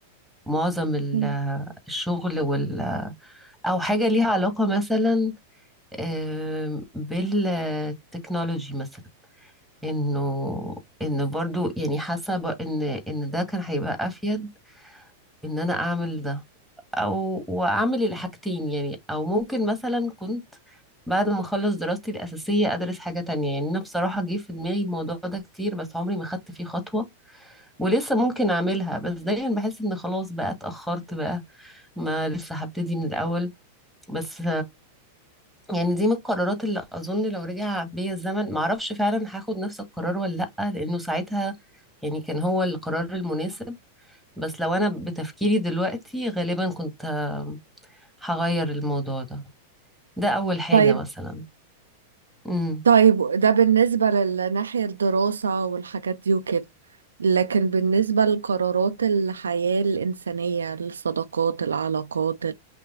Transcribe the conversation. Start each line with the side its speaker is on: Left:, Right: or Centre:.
Centre: معظم ال-
Right: مم.
Centre: الشغل وال... أو حاجة ليها علاقة مثلا آم، بالتكنولوجي مثلا انه ان برضو يعني حاسه ب- ان ان ده كان هيبقى افيد ان انا اعمل ده او واعمل الحاجتين يعني او ممكن مثلا كنت بعد ما اخلص دراستي الاساسيه ادرس حاجه تانية يعني انا بصراحه جه في دماغي الموضوع ده كتير بس عمري ما خدت فيه خطوه ولسه ممكن اعملها بس دايما بحس ان خلاص بقى اتاخرت بقى ما لسه هبتدي من الاول بس يعني دي من القرارات اللي اظن لو رجع بيا الزمن معرفش فعلا هاخد نفس القرار ولا لا لانه ساعتها يعني كان هو القرار المناسب بس لو انا بتفكيري دلوقتي غالبا كنت آه، هغير الموضوع ده ده اول حاجة
Right: طيب
Centre: مثلا امم
Right: طيب ده بالنسبة للناحية الدراسة والحاجات دي وكده لكن بالنسبة لقرارات الحياة الإنسانية الصداقات العلاقات